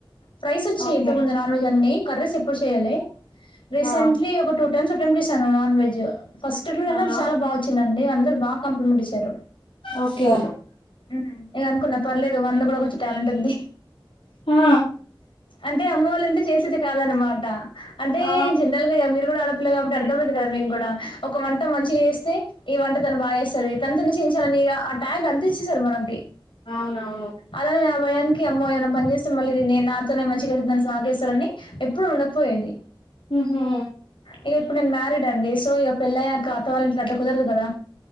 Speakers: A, on the left (about 70°); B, on the left (about 85°).
A: ఫ్రైస్ వచ్చాయి
B: ఓకే
A: ఇంత ముందు నాన్ వెజ్ అన్ని కర్రీస్ ఎప్పుడు చేయాలే రీసెంట్లీ
B: ఆ
A: ఒక టూ టైమ్స్ అటామ్ చేసా నాన్ వెజ్ ఫస్ట్
B: ఆహా
A: చాలా బాగొచ్చింది అండి అందరు బాగా కాంప్లిమెంట్ ఇచ్చారు
B: ఓకే అండి
A: ఉమ్ ఇగ అనుకున్నా పర్లేదు వాళ్లో కూడా కొంచెం టాలెంట్ ఉంది
B: ఆ
A: అంటే అమ్మ వాళ్ళ ఇంట్లో చేసేది కాదనమాట అంటే
B: ఆ
A: తెలియదు మీరు కూడా ఆడపిల్ల కాబట్టి అర్థమవుతుంది కదా మీకు కూడా ఒక వంట మంచిగా చేస్తే ఈ వంట తను బాగా చేస్తాది తన తోనె చేయించాలని ఆ ట్యాంగ్ అంటించ్చేశారు మనకి
B: అవునవును
A: అలా నేను ఆ భయానికి అమ్మో ఏమైనా పని చేస్తే మళ్ళీ దీన్ని నాతోనే మంచిగాదిద్దామని నాకిస్తారని ఎప్పుడు ఉండకపోయెది
B: ఉహు
A: ఇక ఇప్పుడు నేను మ్యారీడ్ అండి సో ఇక పెళ్ళయ్యాక అ అత్త వాళ్ల ఇంట్లో అట్ల కుదరదు కదా